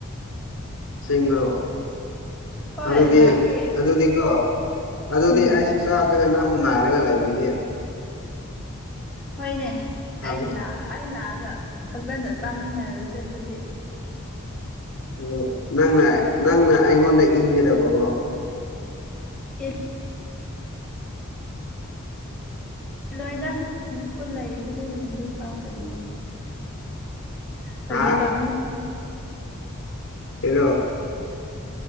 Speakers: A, on the left; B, in the centre.
A: ꯑꯁꯦꯡꯕ꯭ꯔꯣ
B: ꯍꯣꯏ
A: ꯑꯗꯨꯗꯤ
B: ꯂꯥꯛꯀꯦ
A: ꯑꯗꯨꯗꯤ ꯀꯣ꯫ ꯑꯗꯨꯗꯤ
B: ꯎꯝ
A: ꯑꯩꯁꯨ ꯆꯥꯗ꯭ꯔꯒ ꯅꯪꯕꯨ ꯉꯥꯏꯔꯒ ꯂꯩꯕꯤꯒꯦ꯫
B: ꯍꯣꯏꯅꯦ
A: ꯇꯝꯃꯤ
B: ꯑꯩ ꯂꯥꯛ ꯑꯩ ꯂꯥꯛꯑꯒ ꯐꯖꯅ ꯆꯥꯃꯤꯟꯅꯔꯁꯦ ꯑꯗꯨꯗꯤ꯫
A: ꯑ ꯅꯪꯅ ꯅꯪꯅ ꯑꯩꯉꯣꯟꯗ ꯏꯟꯒꯗꯕꯀꯣ꯫
B: ꯑꯦ꯫ ꯂꯣꯏꯗ ꯅꯈꯨꯠ ꯂꯩꯔꯤꯗꯨꯗꯤ ꯅꯊꯟꯗ ꯆꯥꯎ ꯀꯩꯅꯣ꯫ ꯐꯥꯒꯤ
A: ꯍꯥ
B: ꯇꯧꯕꯅꯦ꫰꫰
A: ꯀꯩꯅꯣ꯫